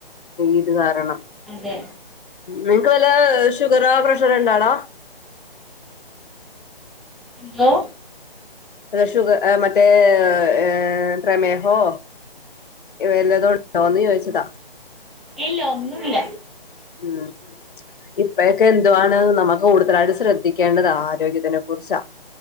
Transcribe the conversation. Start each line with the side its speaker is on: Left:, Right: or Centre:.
Left: ഇത്കാരണം
Centre: അതെ
Left: നിങ്ങക്ക്വല്ല ഷുഗറോ പ്രഷറോ ഇണ്ടോടാ
Centre: എന്തോ?
Left: അത്ഷുഗർ എ മറ്റേ ഏ പ്രമേഹോ ഏ ല്ലാതോ ണ്ടോന്ന് ചോയ്ച്ചത.
Centre: ഇല്ല ഒന്നുല്ല
Left: ഉം ഇപ്പഴൊക്കെ എന്തുവാണ് നമ്മ കൂടുതലായിട്ടും സ്രദ്ധിക്കേണ്ടത് ആരോഗ്യത്തിനെ കുർച്ചാ.